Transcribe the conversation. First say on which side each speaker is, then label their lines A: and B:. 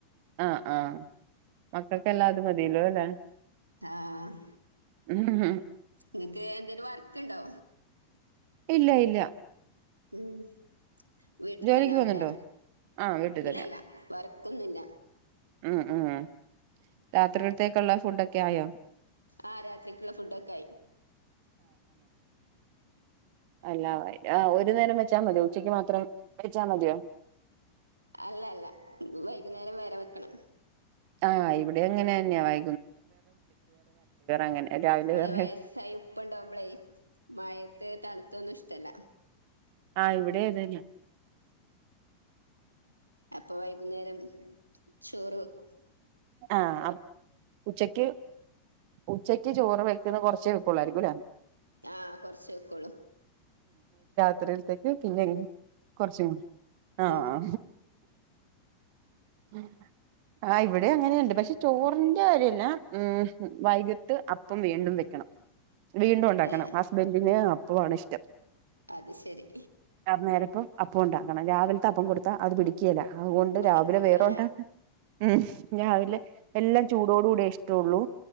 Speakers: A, on the right (about 45°); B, on the right (about 85°).
A: ആഹ് ആഹ് മക്കൾക്ക് എല്ലാം അത് മതി. തിലോ അല്ലെ.
B: ആആഹ്.
A: ഉം ഹ്
B: നിങ്ങ്ക്ക് എന്തേലും വർക്ക് ഇണ്ടോ
A: ഇല്ല ഇല്ല
B: ഉം വീട്ടിൽ
A: ജോലിക്ക്
B: തന്നെ ആവൂലേ
A: പോന്നുണ്ടോ ആഹ് വീട്ടിൽ
B: ഇല്ലല്ല
A: തന്നെയാ
B: വർക്കൊന്നില്ല
A: ഉം ഉം രാത്രിടുത്തേക്കുള്ള ഫുഡൊക്കെ ആയോ
B: ആ രാത്രിക്കുള്ള ഫുഡൊക്കെ ആയി
A: അല്ലാ ആ ഒരു നേരം വെച്ചാ മതിയോ ഉച്ചക്ക് മാത്രം വെച്ചാ മതിയോ
B: അല്ല അല്ല വൈകുന്നേരം വെറേ വെക്കണം
A: ആഇവിടെ അങ്ങനെ ന്നെയാ വൈ അങ്ങനെ രാവിലെ
B: ഇവിടെ
A: വേറെ
B: വയസായി ഉപ്പ ഉണ്ടാവുമ്പളേ മഴത്ത് തണുത്തൊന്നും ഇഷ്ടല്ല
A: ആ ഇവിടെ ഏതന്നെയാ
B: അപ്പൊ വൈകുന്നേരം ചോറ് വെക്കും
A: ആ അപ് ഉച്ചക്ക് ഉച്ചക്ക് ചോറ് വക്ക്ന്ന് കൊർച്ചേ വക്കുള്ളായിരിക്കും ലെ
B: ആഹ് കൊറച്ച് വെക്കോളൂ
A: <unintelligible> എ ഹ് പിന്നെങ് കൊർച്ചോ ആ ആ
B: ഉം.
A: ആ ഹ് ആ ഇവിട് വേ അങ്ങനെണ്ട് പക്ഷെ ചോറിന്റെ രിയെല്ല ഉം വൈകിട്ട് അപ്പം വീണ്ടും വെക്കണം വീണ്ടു ഉണ്ടാക്കണം
B: ഏ
A: ഹസ്ബൻഡിന് പൂആണ് ഇഷ്ടം
B: അത് ശരി
A: അന്നേരപ്പം അപ്പം ഉണ്ടാക്കണം രാവിൽത്തെ അപ്പം കൊടുത്താ അത് പിടിക്കേല അഉകൊണ്ട്
B: പഠിക്കൂലല്ലേ
A: രാവിലെ വേറൊണ്ടാക ഉം രാവിലെ എല്ലാം ചൂടോട് കൂടി ഇഷ്ട്ടൊള്ളൂ